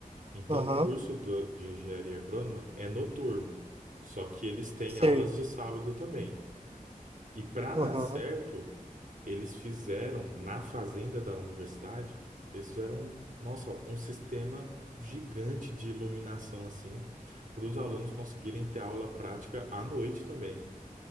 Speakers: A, on the right; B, on the right.
A: Então,
B: Aham,
A: o curso do- de engenharia agrônoma é noturno, só que eles têm
B: sei.
A: aulas de sábado também. E para
B: Aham.
A: dar certo, eles fizeram, na fazenda da universidade, eles fizeram, nossa, um sistema gigante de iluminação, assim, para os alunos conseguirem ter aula prática à noite também.